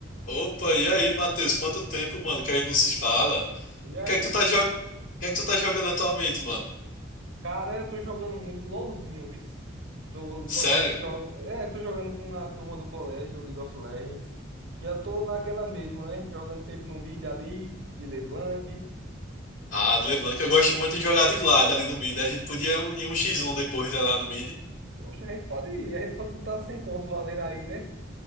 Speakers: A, on the left; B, on the right.
A: Opa, e aí, Matheus? Quanto tempo, mano, que a gente não se fala?
B: E
A: E
B: aí,
A: O que é que tu tá,
B: Felipe?
A: jo... o que é que tu tá jogando atualmente, mano?
B: Cara, eu tô jogando muito LOLzinho, viu? Tô
A: Sério?
B: gostando de jogar. É, tô jogando com a turma do colégio, League of Legends. Já tô naquela mesma, né? Jogando sempre no mid ali, de LeBlanc.
A: Ah, LeBlanc, eu gosto muito de jogar de Vlad ali no mid. A gente podia ir um x1 depois né, lá no mid.
B: Oxe, a gente pode ir, a gente pode botar sem conto valendo aí, né?